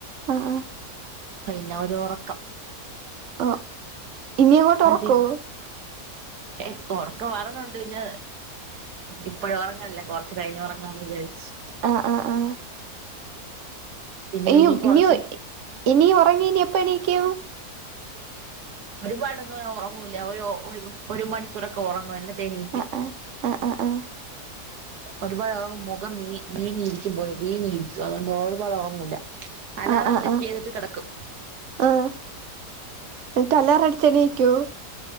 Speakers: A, on the right; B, on the right.
A: അ ഹാ
B: പിന്നെ ഒരു ഒറക്കം
A: ഓഹ് ഇനി അങ്ങോട്ട് ഒറക്കോ
B: അതേ ഇപ്പൊ ഒറക്കം വരണണ്ട് പിന്നെ ഇപ്പഴും ഉറങ്ങല്ലേ കൊറ ച്ച് കഴിഞ്ഞ് ഒറങ്ങാന്ന് വിചാരിച്ചു
A: അ ഹാ ഹാ
B: പിന്നെ
A: ഇയും
B: കൊറച്ച്
A: ഇനി ഇനിയും ഉറങ്ങിനി എപ്പ എണീക്കും
B: ഒരുപാടൊന്നു ഒറങ്ങൂല്ല ഒരു ഒരു മണിക്കൂറൊക്കെ ഒറങ്ങും എന്നിട്ട് ട്ടെണീക്കും
A: ആഹ് ആഹ് ആഹ് ആഹ് ആഹ്
B: ഒരുപാട് ഒറങ്ങുമ്പോ മുഖം നീ മീങ്ങി ഇരിക്കുമ്പോലും വീങ്ങി ഇരിക്കും അതുകൊണ്ട് ഒരുപാട് ഒറങ്ങുല്ല അലാറം
A: ആഹ് ആഹ്
B: സെറ്റ്
A: ആഹ്
B: ചെയ്തിട്ട് കെടക്കും
A: ആഹ് എന്നിട്ട് അലാറടിച്ചാ എണീക്കോ